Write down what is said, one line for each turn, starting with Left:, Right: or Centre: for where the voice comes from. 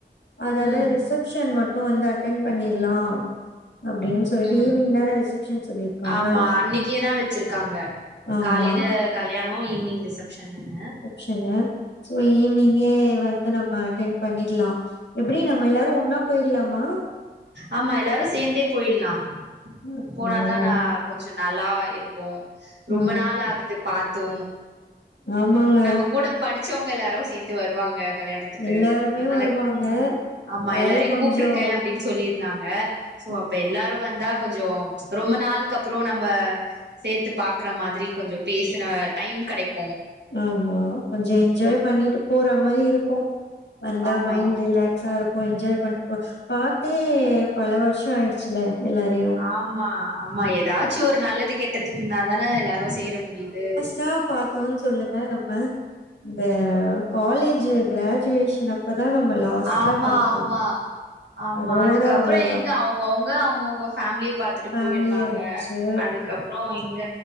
Left: அதால
Right: ம்
Left: ரிசப்ஷன் மட்டு வந்து அட் அட்டென் பண்ணிர்லா அப்டின் சொல்ட்டு
Right: ம்
Left: ஈவ்னிங் தான ரிசப்ஷன் சொல்லிர்க்காங்க
Right: ஆமா அன்னைக்கே தா வச்சிருக்காங்க
Left: ஆமா
Right: காலையில கல்யாணோ ஈவ்னிங் ரிசப்ஷன்னனு
Left: சனு சோ ஈவினிங்கே வந்து நம்ம அட்டன் பண்ணிர்லா எப்டி நம்ம எல்லாரு ஒன்னா போய்டலாமா
Right: ஆமா எல்லாரு சேந்தே போயிட்லா
Left: அப்டிங்களா
Right: போனாதா நா கொஞ்சோ நல்லா இருக்கு ரொம்ப
Left: ஆமா
Right: நாள் ஆகுது பாத்து
Left: ஆமாங்க
Right: நம்ம கூட படிச்சவங்க எல்லாரு சேந்து வருவாங்க கல்யாணத்துக்கு
Left: எல்லாருமே
Right: அதனால
Left: வருவாங்க
Right: ம் ஆமா
Left: அதனால
Right: எல்லாரையு
Left: கொஞ்சோ
Right: கூப்ட்டுருக்கே அப்டின் டின் சொல்லிருந்தாங்க சோ
Left: ஆமா
Right: அப்ப எல்லாரு வந்தா கொஞ்சோ ரொம்ப நாள்க்கு அப்றோ நம்ப சேத்து பாக்கற மாதிரி கொஞ்சோ பேசுற டைம் கெடைக்கு
Left: ஆமா கொஞ்சோ என்ஜாய் பண்ணிட்டு போற மாரி இருக்கு வந்தா
Right: ஆமா
Left: மைண்ட் ரிலாக்ஸா இருக்கு என்ஜாய் பண்ணோ பாத் தே பல வருஷோ ஆயிடுச்சில எல்லாரையு
Right: ஆமா ஆமா ஏதாச்சு ஒரு நல்லது கெட்டதுக்குனா தான எல்லாரு சேர முடியுது
Left: சா பாத் து சொல்லுங்க நம்ம இந்த காலேஜ் கிராஜுவேஷன் அப்பதா நம்ம லாஸ்ட்டா
Right: ஆமா
Left: பாத்தது
Right: ஆமா ஆமா
Left: அதோட
Right: அதுக்கப்பறோ
Left: அவ்ளோதா
Right: ஏங்க அவங் கவங்க அவங்கவுங்க பேமிலிய பாத்துட்டு
Left: ஃபேமிலி
Right: போயிருந்தாங்க
Left: ஆயிடுச்சு
Right: அதுக்கப் அப்பறோ இங்க